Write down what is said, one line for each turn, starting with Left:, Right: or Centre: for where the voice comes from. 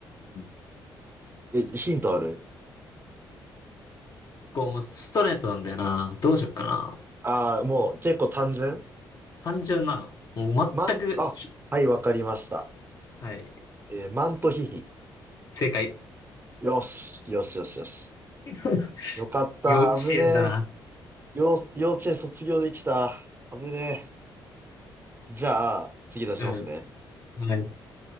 Left: うん
Right: え、ヒントある
Left: こう、もうストレートなんだよな。どうしよっかな。
Right: ああー、もう結構単純
Left: 単純なの。もう全く、
Right: マン、あ、はい、わかりました。
Left: はい。
Right: えーマントヒヒ。
Left: 正解。
Right: よし、よしよしよし。
Left: <laughs>
Right: よかった、
Left: 幼稚園だな。
Right: 危ねえ。幼、幼稚園卒業できた。危ねえ。じゃあ、次出しますね。
Left: うん。はい。